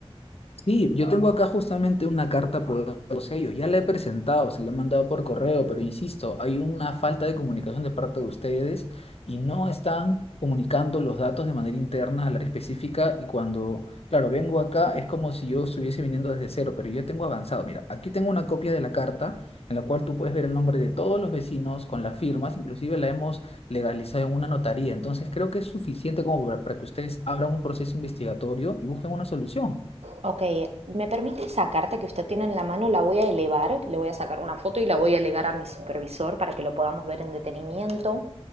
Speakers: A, on the left; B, on the right.
A: Sí, yo tengo acá justamente una carta por todos ellos. Ya la he presentado, se la he mandado por correo, pero insisto, hay una falta de comunicación de parte de ustedes y no están comunicando los datos de manera interna al área específica. Y cuando, claro, vengo acá es como si yo estuviese viniendo desde cero, pero yo tengo avanzado. Mira, aquí tengo una copia de la carta en la cual tú puedes ver el nombre de todos los vecinos con las firmas, inclusive la hemos legalizado en una notaría. Entonces creo que es suficiente como para para que ustedes abran un proceso investigatorio y busquen una solución.
B: Ok, ¿me permite esa carta que usted tiene en la mano? La voy a elevar, le voy a sacar una foto y la voy a elegar a mi supervisor para que lo podamos ver en detenimiento.